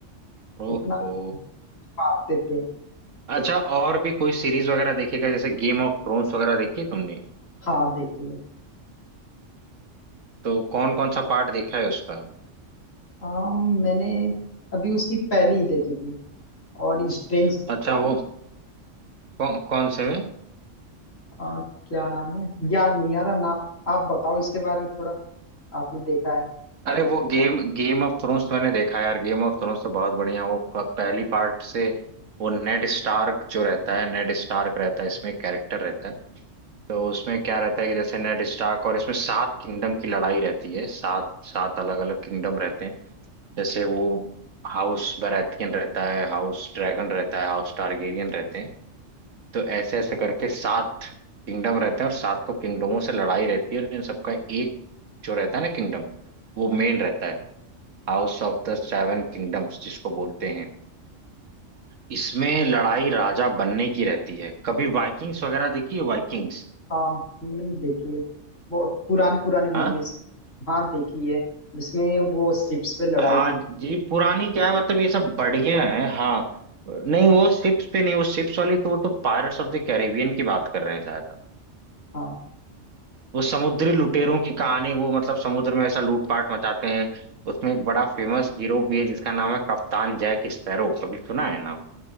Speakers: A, on the right (about 80°); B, on the left (about 85°).
A: ओहो
B: इतना मारते थे
A: अच्छा और भी कोई सीरीज वगैरह देखेगा जैसे गेम ऑफ थ्रोन्स वगैरह देखी तुमने
B: हाँ देखिए
A: तो कौन कौन सा पार्ट देखा है उसका
B: हाँ मैंने अभी उसकी पहली ही देखी थी और स्ट्रेंज
A: अच्छा कौन वो कौ, कौन से में
B: हाँ क्या नाम है याद नहीं आ रहा नाम आप बताओ इसके बारे में थोड़ा आपने देखा है
A: अरे वो गेम गेम ऑफ थ्रोन्स तो मैंने देखा यार गेम ऑफ थ्रोन्स तो बहुत बढ़िया वो फ- पहली पार्ट से वो नेड स्टार्क जो रहता है नेड स्टार्क रहता है इसमें कैरेक्टर रहता है तो उसमें क्या रहता है कि जैसे नेड स्टार्क और इसमें सात किंगडम की लड़ाई रहती है सात सात अलग अलग किंगडम रहते हैं जैसे वो हाउस बराथियन रहता है हाउस ड्रैगन रहता है हाउस टारगेरियन रहते हैं तो ऐसे ऐसे करके सात किंगडम रहते हैं और सातों किंगडमों से लड़ाई रहती है और इन सबका एक जो रहता है ना किंगडम वो मेन रहता है house of the seven kingdoms जिसको बोलते हैं इसमें लड़ाई राजा बनने की रहती है कभी वाइकिंग्स वगैरह देखी है वाइकिंग्स
B: हाँ मैंने देखी है बहुत पुरानी पुरानी मूवीज
A: हाँ
B: हाँ देखी है जिसमें वो शिप्स पे लड़ाई
A: हाँ
B: हुई
A: जी पुरानी क्या है मतलब ये सब बढ़िया है हाँ नहीं वो शिप्स पे नहीं वो शिप्स वाली तो वो तो पायरेट्स ऑफ द कैरेबियन की बात कर रहे हैं शायद आप
B: हाँ
A: वो समुद्री लुटेरों की कहानी वो मतलब समुद्र में ऐसा लूटपाट मचाते हैं उसमें एक बड़ा फेमस हीरो भी है जिसका नाम है कप्तान जैक स्पैरो कभी सुना है नाम